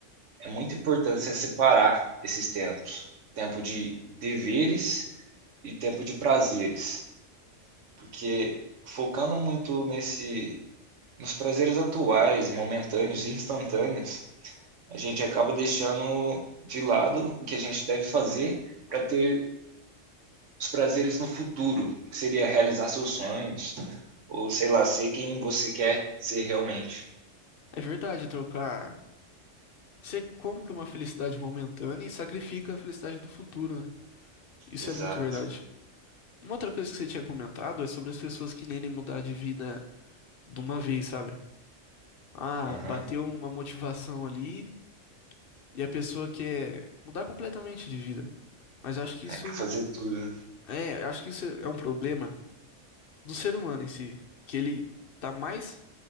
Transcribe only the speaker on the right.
é muito importante você separar esses tempos. Tempo de deveres e tempo de prazeres. Porque focando muito nesse, nos prazeres atuais, momentâneos e instantâneos, a gente acaba deixando de lado o que a gente deve fazer para ter os prazeres no futuro, que seria realizar seus sonhos, ou sei lá, ser quem você quer ser realmente.
Exato.
Aham.
É que fazer tudo.